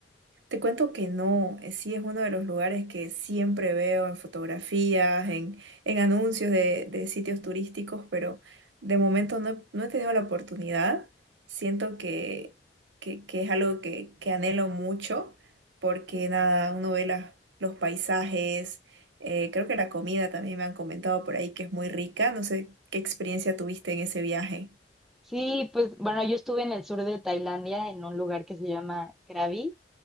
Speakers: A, on the right (about 85°); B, in the centre.
A: Te cuento que no, eh, sí es uno de los lugares que siempre veo en fotografías, en, en anuncios de, de sitios turísticos, pero de momento no, he no he tenido la oportunidad. Siento que, que, que es algo que, que anhelo mucho, porque nada, uno ve las, los paisajes, eh, creo que la comida también me han comentado por ahí que es muy rica. No sé qué experiencia tuviste en ese viaje.
B: Sí, pues bueno, yo estuve en el sur de Tailandia, en un lugar que se llama Krabi,